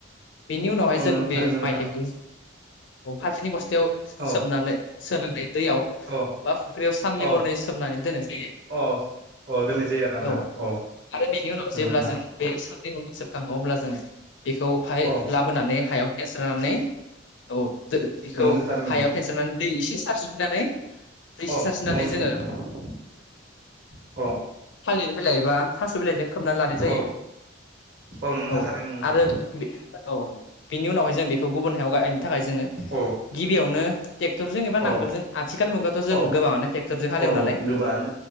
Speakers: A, on the left; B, on the right.
A: बेनि उनावहाय
B: अ
A: जोंङो
B: नोंगौ
A: बे
B: थारैनो नोंगौ
A: माइलिखौ
B: नोंथां
A: फाथोनि बस्थायाव
B: औ
A: सोमनानै सोनानै दैयाव
B: औ
A: बा फुख्रियाव साननै
B: औ
A: हरनै सोमनानै दोननाय जायो।
B: औ अ दोननाय जायो आरोना
A: औ
B: नोंथां
A: आरो बेनि उनाव
B: नोंगौ
A: जेब्ला
B: नोंथां
A: जों बे साननि उ सोमनांगौ अब्ला जों बेखौहाय
B: औ
A: लाबोनानै हायाव फेनस्रानानै औ। बेखौ
B: नोंगौ नोंथां थारैनो नोंगौ
A: हायाव फेनस्रारनानै दै एसे सारसो दै एसे
B: औ
A: सारसोनानै
B: औ नोंगौ
A: जोङो।
B: नोंथां थारैनो नोंगौ औ
A: थालिर बिलाइ बा थास' बिलाइजों <inaudible> गुबुन
B: औ नोंगौ नोंथां थारैनो नोंगौ नोंथां
A: हायाव गायनो थाखाय जोङो
B: औ
A: गिबियावनो ट्रेक्टरजों एबा नांगोलजों
B: औ
A: आथिखाल मुगायावाथ' जों
B: औ
A: गोबांङानो ट्रेक्टरजों हालेवो
B: औ
A: नालाय
B: गोबाङानो